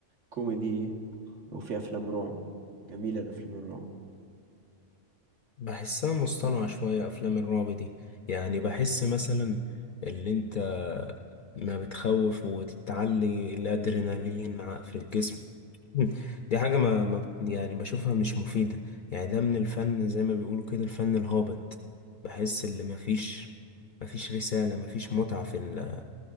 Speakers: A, on the right; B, on the left.
A: كوميدي او في افلام رعب جميلة الافلام الرعب
B: بحسها مصطنعة شوية أفلام الرعب دي يعني بحس مثلا اللي أنت ما بتخوف وتتعلي الأدرينالين ع- في الجسم <laughs> دي حاجة ما, ما بت- يعني بشوفها مش مفيدة يعني ده من الفن زي ما بيقولوا كده الفن الهابط بحس اللي مفيش مفيش رسالة مفيش متعة في ال-